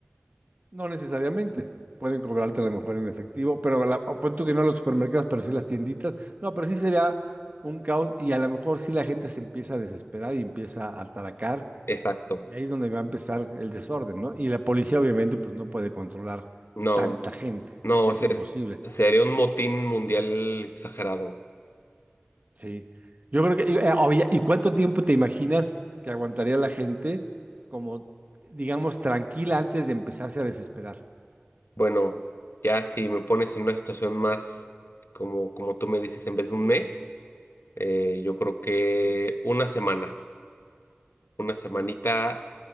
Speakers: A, on the right; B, on the left.
A: No necesariamente. Pueden cobrarte a lo mejor en efectivo, pero la, o pon tú que no los supermercados, pero sí las tienditas. No, pero sí sería un caos y a lo mejor sí la gente se empieza a desesperar y empieza a ataracar
B: Exacto.
A: y ahí es donde va a empezar el desorden, ¿no? Y la policía obviamente pues no puede controlar
B: No.
A: tanta gente.
B: No,
A: Es
B: se-
A: imposible.
B: sería un motín mundial exagerado.
A: Sí. Yo creo que, y, eh, oye, ¿y cuánto tiempo te imaginas que aguantaría la gente como, digamos, tranquila antes de empezarse a desesperar?
B: Bueno, ya si me pones en una situación más como, como tú me dices, en vez de un mes, eh, yo creo que una semana, una semanita